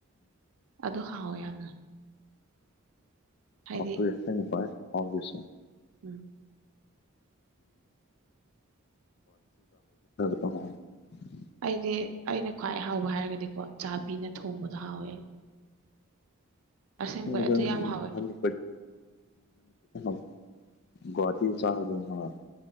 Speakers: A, on the right; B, on the left.
A: ꯑꯗꯨ ꯍꯥꯎꯋꯦ ꯌꯥꯝꯅ ꯍꯥꯏꯗꯤ
B: ꯑꯈꯣꯏ <unintelligible> ꯍꯥꯎꯗꯣꯏꯁꯦ
A: ꯎꯝ
B: ꯎꯝ <unintelligible>
A: ꯑꯩꯗꯤ ꯑꯩꯅ ꯈ꯭ꯋꯥꯏ ꯍꯥꯎꯕ ꯍꯥꯏꯔꯒꯗꯤꯀꯣ ꯆꯥꯕꯤꯅ ꯊꯣꯡꯕꯗꯣ ꯍꯥꯎꯋꯦ ꯑꯁꯦꯡꯕꯩ
B: <unintelligible>
A: ꯑꯗꯨ ꯌꯥꯝ ꯍꯥꯎꯋꯦ
B: ꯍꯥꯅꯤ <unintelligible> ꯒꯨꯋꯥꯇꯤ ꯆꯥꯕꯗꯣ ꯍꯥꯎꯌꯦ